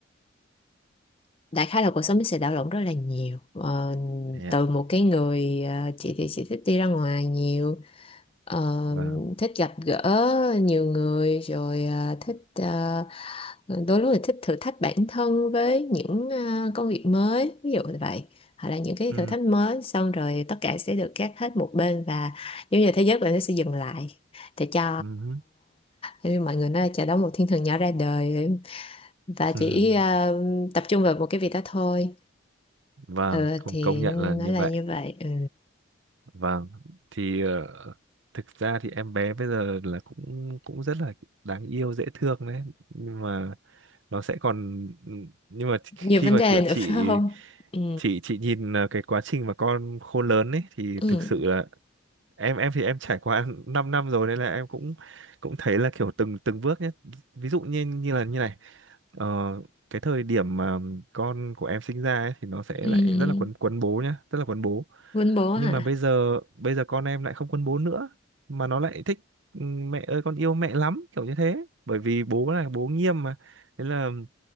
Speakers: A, on the left; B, on the right.
A: đại khái là cuộc sống nó sẽ đảo lộn rất là nhiều Ờ,
B: thế ạ
A: từ một cái người ờ, chị thì chị thích đi ra ngoài nhiều ờ,
B: vâng
A: thích gặp gỡ nhiều người rồi ờ, thích ờ, đôi lúc thì thích thử thách bản thân với những ờ, công việc mới ví dụ như vậy hoặc là những cái
B: ừ.
A: thử thách mới xong rồi tất cả sẽ được gác hết một bên và giống như là thế giới của em nó sẽ dừng lại để cho
B: Ừ.
A: giống như mọi người nói là chờ đón một thiên thần nhỏ ra đời và
B: <laughs>
A: chỉ ờ, tập trung vào một cái việc đó thôi
B: vâng
A: ừ,
B: không
A: thì
B: công nhận là như
A: nó là
B: vậy
A: như vậy ừ.
B: vâng thì ờ, thực ra thì em bé bây giờ là cũng cũng rất là đáng yêu dễ thương đấy nhưng mà nó sẽ còn ừ, nhưng mà khi
A: nhiều vấn
B: mà
A: đề
B: kiểu chị
A: nữa <laughs> phải không ừ.
B: chị chị nhìn à, cái quá trình mà con khôn lớn ấy thì
A: Ừ.
B: thực sự là em em thì em trải qua <laughs> 5 năm rồi nên là em cũng cũng thấy là kiểu từng từng bước nhé ví dụ như như là như này ờ, cái thời điểm mà con của em sinh ra ấy, thì nó sẽ
A: Ừ.
B: lại rất là quấn quấn bố nhá rất là quấn bố
A: Quýnh bố hả
B: nhưng mà bây giờ bây giờ con em lại không quấn bố nữa mà nó lại thích "Ừ, mẹ ơi con yêu mẹ lắm kiểu như thế bởi vì bố là bố nghiêm mà thế là